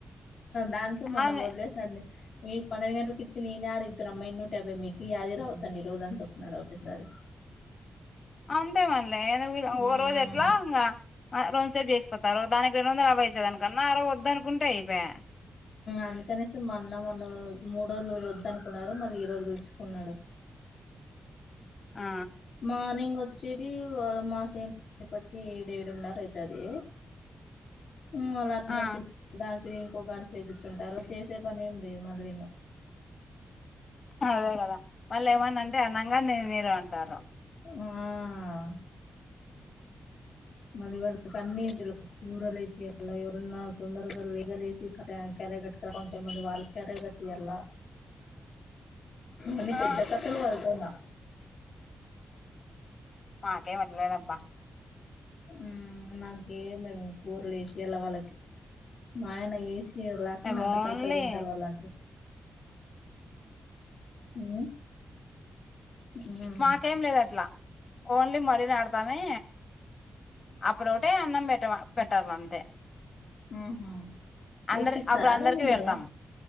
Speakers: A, on the left (about 75°); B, on the left (about 50°).
A: దానికే మొన్న
B: ఆమె
A: వదిలేసాండి మీ పన్నెండు గంటలకి ఇచ్చింది ఈన్నే ఆడ్ అయితారు అమ్మా ఎన్నుంటే యాభై మీకి అదిరావద్దన్ని ఈరోజ అని చెప్తున్నాడు ఒకేసారి
B: అంతే మల్లె ఎనిమిదవ
A: మ్మ్
B: ఒక రోజు ఇలా ఇంగా రోజు సేపు చేసిపోతారు దానికి రెండు వందల యాభై వచ్చేదానీ కన్నా ఆరవై వద్దనుకుంటే అయిపోయా
A: అందుకనేసి మల్ల మొన్న మూడు రోజులు వద్ద అనుకున్నారు మళ్ళీ ఈ రోజు పిలుచుకున్నాడు
B: ఆ
A: మార్నింగ్ వచ్చేది మాసేపటికి ఏడు ఏడున్నర అయితది మల్ల అన్నం
B: ఆ
A: తినీ దానికి ఇంకొ గంట సేపు కుచ్చుంటారు చేసే పని ఏం లేదు మళ్ళీను
B: అదే కదా మల్ల ఏమనంటే అనంగా నేనే రా అంటారు
A: ఆ మల్లి ఇవాళ నాకు అన్ని సెల్లు కూరలేసిల్ల ఇక ఎవరన్నా తొందరగా లెగలేసి కార్ కర్రె కట్ట కా కొంచెం మంది వాళ్ళ కరే పెట్టేయాల హో అన్ని
B: ఆ
A: పెద్ద పెద్ద చు వల్తేనా
B: మాకేం అట్ల లేదు అబ్బా
A: ఆ మాకేం లేవు కూరలు వేసి వెళ్ళ వాళ్ళకి మా ఆయన ఏసి ఇ లేకుండా
B: మేము
A: అన్న
B: ఓన్లీ
A: తరకాలు తింటారు వాళ్ళు అని ఉ ఉ
B: మాకేం లేదు అట్లా ఓన్లీ మరీ నాడతామే అప్పుడు ఓటే అన్నం పెట్టావా పెట్టాల అంతే
A: ఉహ
B: అందరి
A: ఒప్పిస్తారా
B: అప్పుడు అందరికి
A: దాన్నీ మీరు
B: పెడతాం